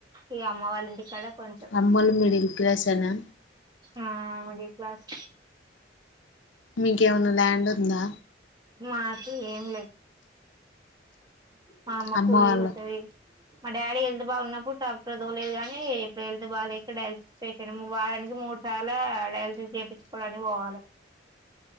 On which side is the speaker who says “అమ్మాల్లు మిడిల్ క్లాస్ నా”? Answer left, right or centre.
Left